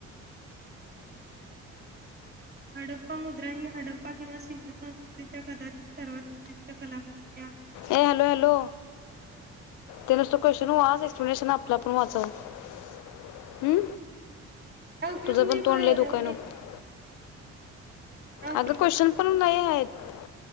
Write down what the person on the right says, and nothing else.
हडप्पा मुद्रा ही हडप्पा किंवा सिंधू संस्कृतीच्या कदाचित सर्वात विशिष्ट कलाकृत्य आहे.
काय उपयोग
नाही
बाहेर
राहूदे
काय उपयोग
नाही